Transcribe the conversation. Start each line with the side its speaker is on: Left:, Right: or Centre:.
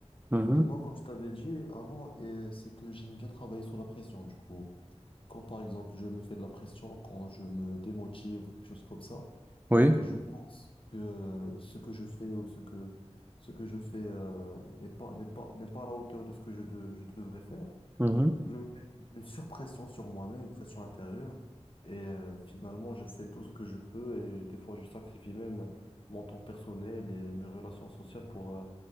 Right: mhm,
Left: Et moi, comme je t'avais dit avant, et c'est que j'aime bien travailler sous la pression. Du coup, quand par exemple, je me fais de la pression, quand je me démotive ou quelque chose comme ça,
Right: Oui,
Left: et que je pense que ce que je fais ou ce que, ce que je fais euh, n'est pas, n'est pas, n'est pas à la hauteur de ce que je, de- je devrais faire,
Right: mhm,
Left: je mets une surpression sur moi-même, une pression intérieure. Et euh, finalement, je fais tout ce que je peux. Et des fois, je sacrifie même mon temps personnel et mes relations sociales pour, euh,